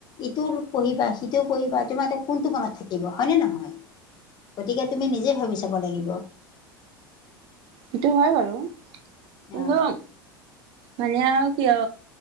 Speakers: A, on the left; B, on the right.
A: ইটো পঢ়িবা সিটো পঢ়িবা তোমাৰ এ কোনটো মনত থাকিব হয়নেে নহয় গতিকে তুমি নিজে ভাবি চাব লাগিব।
B: সেইটো হয় বাৰু কিন্তু
A: আহ
B: মানে আৰু কিয়